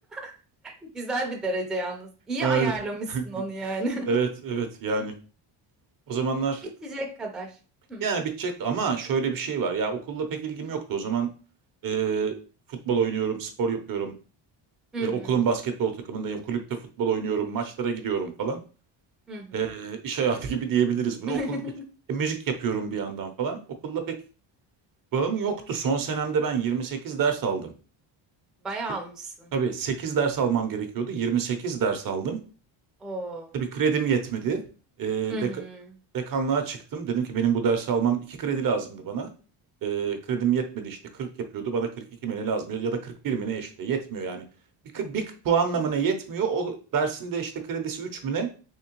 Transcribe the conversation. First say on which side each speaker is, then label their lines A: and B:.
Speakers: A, in the centre; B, on the right (about 45°).
A: <laughs> Güzel bir derece yalnız. İyi
B: Aynen.
A: ayarlamışsın
B: <laughs>
A: onu yani. <laughs>
B: Evet evet yani o zamanlar
A: Bitecek kadar. Hı
B: yani bitecek ama şöyle bir şey var. Ya okulla pek ilgim yoktu. O zaman eee, futbol oynuyorum, spor yapıyorum.
A: hı
B: E,
A: hı.
B: okulun basketbol takımındayım, kulüpte futbol oynuyorum, maçlara gidiyorum falan.
A: Hı hı.
B: E, iş hayatı gibi diyebiliriz bunu.
A: <laughs>
B: Okulda da e, müzik yapıyorum bir yandan falan. Okulla pek bağım yoktu. Son senemde ben 28 ders aldım.
A: Bayağı
B: Se-
A: almışsın.
B: Tabii 8 ders almam gerekiyordu. 28 ders aldım.
A: Oo.
B: Tabii kredim yetmedi. Ee,
A: Hı hı.
B: deka- dekanlığa çıktım. Dedim ki benim bu dersi almam iki kredi lazımdı bana. Ee, kredim yetmedi işte 40 yapıyordu. Bana 42 mi ne lazım ya da 41 mi ne işte yetmiyor yani. Bir, k- bir puanla mı ne yetmiyor. O dersin de işte kredisi 3 mü ne